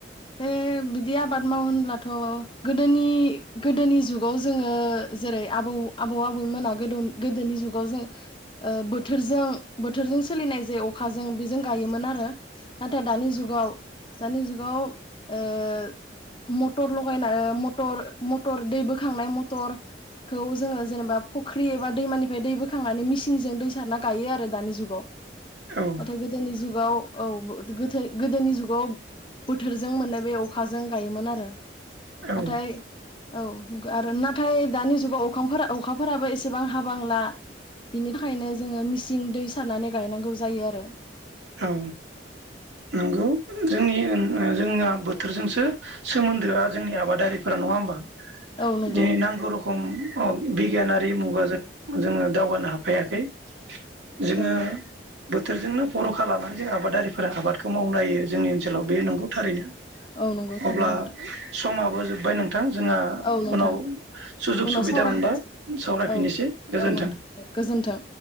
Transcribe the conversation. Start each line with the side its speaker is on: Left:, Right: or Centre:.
Left: बे बिदि आबाद मावो होनब्लाथ' गोदोनि गोदोनि जुगाव जोंङो जेरै आबौ आबौ आबैमोना गो गोदोनि जुगाव ओ जों बोथोरजों बोथोरजों सोलिनाय जे अखाजों बेजों गायोमोन आरो नाथाय दानि जुग गाव दानि जुगाव ओ मटर लगायना ओ मटर मटर दै बोखांनाय मटरखौ जोंङो जेनेबा फुख्रि एबा दैमानिफ्राय दै बोखांनानै मिसिनजों दै सारना गायो आरो दानि जुगाव।
Right: औ
Left: नाथाय गोदोनि जुग गाव औ गो गोथै गोदोनि जुगाव बोथोरजों मोननाय बे अखाजों गायोमोन आरो नाथाय
Right: औ
Left: औ आरो नाथाय दानि जुगाव अखांफोरा अखाफोराबो एसेबां हाबांला बिनि थाखायनो जोंङो मिसिन दै सारनानै गायनांगौ जायो आरो
Right: औ नंगौ जोंनि ओआ जोंना बोथोरजोंसो सोमोन्दोआ जोंनि आबादारिफोरा नङा होमबा
Left: औ नंगौ
Right: दिनै नांगौ रखम अ बिगियानारि मुगाजों जोंङो दावगानो हाफायाखै। जोंङो
Left: औ नंगौ
Right: बोथोरजोंनो बर'खा लानानै जों आबादारिफोरा आबादखौ मावनो हायो जोंनि ओनसोलाव बे नंगौ थारैनो
Left: औ नंगौ थारैनो
Right: अब्ला
Left: नोंथां।
Right: समाबो जोब्बाय नों थां जोंहा
Left: औ नोंथां
Right: उनाव सुजुग
Left: उनाव
Right: सुबिदा
Left: सावरायबावनोसै
Right: मोनबा सावरायफिननोसै
Left: औ
Right: गोजोन्थों।
Left: औ नोंथां दे गोजोन्थों